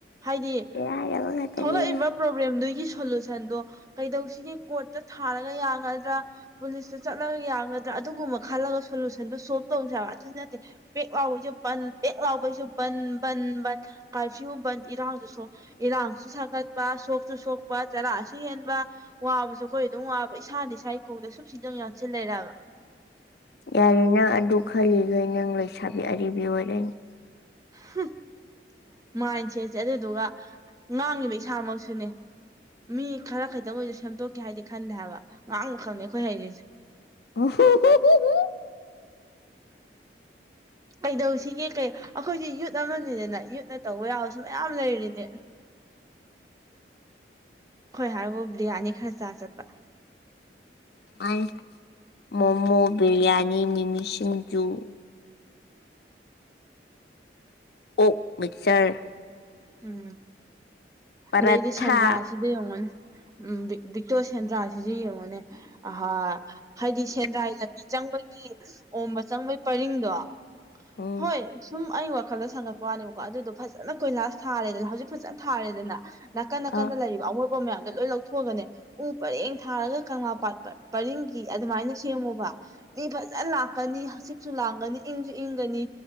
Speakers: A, on the right; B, on the left.
A: ꯍꯥꯏꯗꯤ
B: ꯏꯔꯥꯏꯔꯕ ꯉꯥꯛꯇꯅꯦꯃꯤ
A: ꯊꯣꯛꯂꯛꯏꯕ ꯄ꯭ꯔꯣꯕ꯭ꯂꯦꯝꯗꯨꯒꯤ ꯁꯣꯂꯨꯁꯟꯗꯣ ꯀꯩꯗꯧꯁꯤꯒꯦ ꯀꯣꯔꯠꯇ ꯊꯥꯔꯒ ꯌꯥꯒꯗ꯭ꯔꯥ ꯄꯨꯂꯤꯁꯇ ꯆꯠꯂꯒ ꯌꯥꯒꯗ꯭ꯔꯥ ꯑꯗꯨꯒꯨꯝꯕ ꯈꯜꯂꯒ ꯁꯣꯂꯨꯁꯟꯗꯨ ꯁꯣꯜꯕ ꯇꯧꯁꯦ ꯍꯥꯏꯕ ꯑꯗꯨ ꯅꯠꯇꯦ ꯄꯦꯛ ꯂꯥꯎꯕꯩꯖꯨ ꯕꯟ ꯄꯦꯛ ꯂꯥꯎꯕꯖꯨ ꯕꯟ ꯕꯟ ꯕꯟ ꯀꯔꯐꯤꯌꯨ ꯕꯟ ꯏꯔꯥꯡꯁꯣ ꯏꯔꯥꯡ ꯁꯨ ꯁꯥꯒꯠꯄ ꯁꯣꯛꯁꯨ ꯁꯣꯛꯄ ꯆꯔꯥꯁꯨ ꯍꯦꯟꯕ ꯋꯥꯕꯁꯨ ꯈꯣꯏ ꯑꯗꯨꯝ ꯋꯥꯕ ꯏꯁꯅ ꯏꯁꯥ ꯀꯣꯡꯗ ꯁꯨꯝ ꯁꯤꯖꯪ ꯌꯥꯟꯁꯤꯜ ꯂꯩꯔꯦꯍꯥꯏꯕ
B: ꯌꯥꯔꯦ ꯅꯪ ꯑꯗꯨ ꯈꯜꯂꯤꯒꯩ ꯅꯪ ꯂꯩꯁꯥꯕꯤ ꯑꯔꯤꯕꯤ ꯑꯣꯏꯔꯅꯤ
A: ꯍꯨꯝ ꯃꯥꯏꯟ ꯁꯦꯠꯁꯦ ꯑꯗꯨꯗꯨꯒ ꯉꯥꯡꯉꯤꯕ ꯏꯁꯥꯃꯛꯁꯨꯅꯤ ꯃꯤ ꯈꯔ ꯈꯇꯪ ꯑꯣꯏꯁꯨ ꯁꯦꯝꯗꯣꯛꯀꯦ ꯍꯥꯏꯗꯤ ꯈꯟꯗꯦ ꯍꯥꯏꯕ ꯉꯥꯡꯕ ꯈꯛꯅꯤ ꯑꯈꯣꯏ ꯍꯩꯔꯤꯁꯤ
B: <unintelligible>
A: ꯀꯩꯗꯣ ꯁꯤꯒꯤ ꯀꯩ ꯑꯩꯈꯣꯏꯁꯦ ꯌꯨꯠ ꯑꯃꯅꯤꯗꯅ ꯌꯨꯠꯅ ꯇꯧꯕ ꯌꯥꯕꯁꯨ ꯃꯌꯥꯝ ꯂꯩꯔꯤꯅꯤ ꯈꯣꯏ ꯍꯥꯏꯕꯕꯨ ꯕꯤꯔꯌꯥꯅꯤ ꯈꯔ ꯆꯥ ꯆꯠꯄ
B: ꯑꯪ ꯃꯣꯃꯣ ꯕꯤꯔꯌꯥꯅꯤ ꯃꯤꯃꯤ ꯁꯤꯡꯖꯨ ꯑꯣꯛ ꯃꯤꯛꯆꯔ
A: ꯎꯝ
B: ꯄꯔꯥꯊꯥ
A: ꯑꯗꯩꯗꯤ ꯁꯦꯟꯗ꯭ꯔꯥꯁꯤꯗ ꯌꯦꯡꯉꯣꯅꯦ ꯎꯝ ꯕꯤꯛ ꯕꯤꯛꯇꯣ ꯁꯦꯟꯗ꯭ꯔꯥꯁꯤꯁꯨ ꯌꯦꯡꯉꯣꯅꯦ ꯑꯍꯥ ꯍꯥꯏꯗꯤ ꯁꯦꯟꯗ꯭ꯔꯥꯏ ꯂꯝꯕꯤ ꯆꯪꯕꯒꯤ ꯑꯣꯝꯕ ꯆꯪꯕꯒꯤ ꯄꯔꯤꯡꯗꯣ
B: ꯎꯝ
A: ꯍꯣꯏ ꯁꯨꯝ ꯑꯩ ꯋꯥꯈꯜꯗ ꯁꯥꯒꯠꯄ ꯋꯥꯅꯦꯕꯀꯣ ꯑꯗꯨꯗꯣ ꯐꯖꯅ ꯀꯣꯏꯂꯥꯁ ꯊꯥꯔꯦꯗꯅ ꯍꯧꯖꯤꯛ ꯐꯖꯅ ꯊꯥꯔꯦꯗꯅ ꯅꯥꯀꯟ ꯅꯥꯀꯟꯗ
B: ꯑꯥ
A: ꯂꯩꯔꯤꯕ ꯑꯃꯣꯠꯄ ꯃꯌꯥꯝꯗꯣ ꯂꯣꯏ ꯂꯧꯊꯣꯛꯑꯒꯅꯦ ꯎ ꯄꯔꯦꯡ ꯊꯥꯔꯒ ꯀꯪꯂꯥꯄꯥꯥꯠ ꯄꯔꯤꯡꯒꯤ ꯑꯗꯨꯃꯥꯏꯅ ꯁꯦꯝꯃꯣꯕ ꯃꯤ ꯐꯖꯅ ꯂꯥꯛꯀꯅꯤ ꯍꯧꯆꯤꯛꯁꯨ ꯂꯥꯡꯒꯅꯤ ꯏꯪꯁꯨ ꯏꯪꯒꯅꯤ